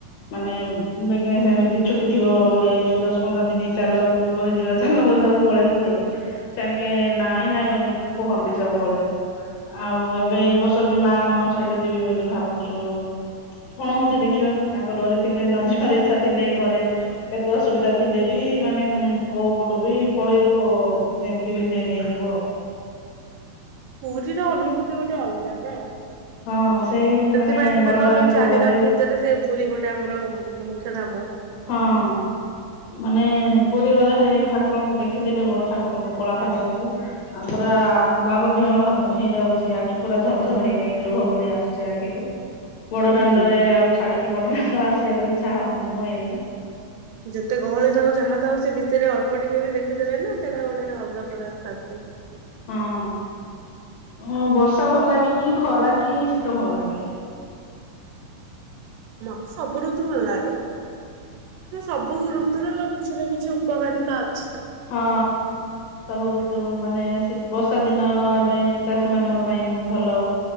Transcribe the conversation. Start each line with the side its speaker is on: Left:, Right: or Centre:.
Left: ମାନେ ବିଘ୍ନେଶ ଭାଇ ଙ୍କ ଛୁଟି ଥିବ ବଲେ ଦଶ ପନ୍ଦର ଦିନ ଚାଲ ପୁରୀ ଯିବା ଚାଲ ପ ସବୁବେଳେ କୁହେ ତାଙ୍କେ ନାଇଁ ନାଇଁ ବୋଲି କୁହନ୍ତି ସବୁବେଳେ। ଆଉ ଏବେ ଏଇ ବର୍ଷ ବି ମା ମାନଙ୍କ ସହିତ ଯିବି ବୋଲି ଭାବୁଛୁ। କଣ ହଉଛି ଦେଖିବା, ତାଙ୍କ ଡୋରି ଥିଲେ ନ ଯିବାର ଇଛା ଥିଲେ, ଘରେ କେତେ ଅସୁବିଧା ଥିଲେ ବି ମାନେ କୋଉ ପଟୁ ବି ପଳେଇବ ଆ ଯେମିତି ବି ସେ ନେଇଯିବ ଆଉ
Right: ପୁରୀ ର ଅନୁଭୂତି ଗୋଟେ ଅଲଗା ନା?
Left: ହଁ ସେଇ
Right: ସେଥିପାଇଁ
Left: ମାନେ
Right: ତ
Left: ବଡ
Right: ତାକୁ
Left: ଦାଣ୍ଡକୁ
Right: ଆମ ଚାରିଧାମ
Left: ଗଲେ
Right: ଭିତରେ ସେ ପୁରୀ ଗୋଟେ ଆମର ମୁଖ୍ୟଧାମ
Left: ହଁ ମାନେ ପୁରୀ ଗଲେ, ସେ ଠାକୁରଙ୍କୁ ଦେଖିଦେଲେ, ବଡ ଠାକୁରକୁ, କଳା ଠାକୁରଙ୍କୁ ଆ ପୁରା ବାବ ବିହଳ ହେଇଯାଉଛି ଆଖି ପୁରା ଝଲ ଝଲ ହେଇଯାଇ ଲୁହ ପଳେଇ ଆସୁଛି ଆଖିରୁ ବଡଦାଣ୍ଡ
Right: ହୁଁ।
Left: ରେ ଆଉ ଛାଡିକି ବଡଦାଣ୍ଡ ଆସିବାକୁ ଇଛା ହଉନ ହୁଏନି।
Right: ଯେତେ ଗହଳି ଥାଉ ଯାହା ଥାଉ ସେ ଭିତରେ ଅଳ୍ପ ଟିକେ ବି ଦେଖିଦେଲେ ନା ସେଇଟା ଗୋଟେ ଅଲଗା ପ୍ରକାର ଥାଆନ୍ତି।
Left: ହଁ ଅଁ ଉ ବର୍ଷା ଭଲ ଲାଗେ କି, ଖରା କି, ଶୀତ ଭଲ ଲାଗେ?
Right: ମତେ ସବୁ ଋତୁ ଭଲ ଲାଗେ, ସବୁ ଋତୁ ତ କିଛି ନା କିଛି ଉପକାରିତା ଅଛି।
Left: ହଁ ସବୁ ଋତୁରୁ ମାନେ ବର୍ଷା ଦିନ ଏବେ ଚାଷୀ ମାନଙ୍କ ପାଇଁ ଭଲ।